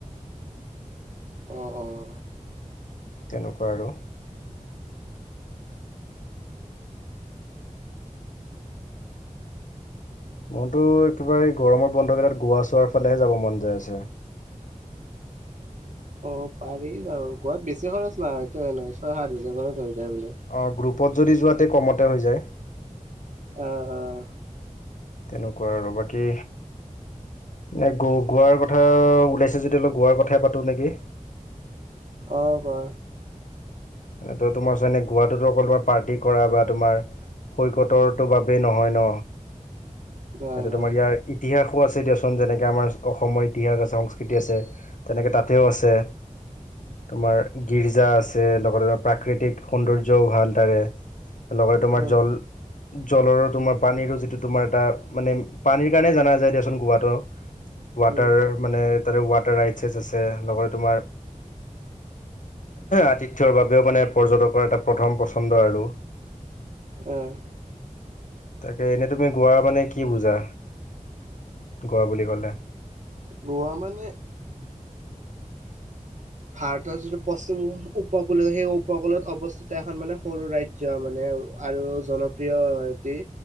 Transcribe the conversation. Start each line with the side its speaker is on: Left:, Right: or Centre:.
Right: অঁ অঁ।
Left: তেনেকুৱা আৰু। মোৰতো একেবাৰে এই গৰমৰ বন্ধকেইটাত গোৱা চোৱাৰ ফালেহে যাব মন যায় আছে।
Right: অ পাৰি যাব গোৱাত বেছি খৰছ নাই। নহয়, ছয় সাত হাজাৰ মানত হৈ যায় বোলে।
Left: অঁ গ্ৰুপত যদি যোৱাতে কমতে হৈ যায়।
Right: অ অ।
Left: তেনেকুৱা আৰু বাকী। নে গো গোৱাৰ কথা ওলাইছে যদি অলপ গোৱাৰ কথাই পাতোঁ নেকি?
Right: অ কোৱা।
Left: এনেই তো তোমাৰ যেনে গোৱাটোতো অকল তোমাৰ পাৰ্টি কৰা বা তোমাৰ <unintelligible> বাবেই নহয় ন
Right: কোৱা
Left: সেইটো
Right: নাই নাই
Left: তোমাৰ ইয়াৰ ইতিহাসো আছে দিয়কচোন যেনেকে আমাৰ অসমৰ ইতিহাস আছে সংস্কৃতি আছে। তেনেকে তাতেও আছে তোমাৰ গীৰ্জা আছে লগত প্ৰাকৃতিক সৌন্দৰ্যও ভাল তাৰে, লগতে তোমাৰ
Right: উম
Left: জল জলৰো তোমাৰ পানীৰো যিটো তোমাৰ এটা মানে পানীৰ কাৰণে জনা যায় দিয়াচোন গোৱাটো। ৱাটাৰ,
Right: উম
Left: মানে তাতে ৱাটাৰ ৰাইটছেচ আছে, লগতে তোমাৰ আটিত- ছৰ বাবেও মানে পৰ্যটকৰ এটা প্ৰথম পছন্দ আৰু।
Right: অঁ।
Left: তাকে এনেই তুমি গোৱা মানে কি বুজা? গোৱা বুলি ক'লে?
Right: গোৱা মানে, ভাৰতৰ যিটো পশ্চিম উপকূল সেই উপকূলত অৱস্থিত এখন মানে সৰু ৰাজ্- জ্য মানে আৰু জনপ্ৰিয় অতি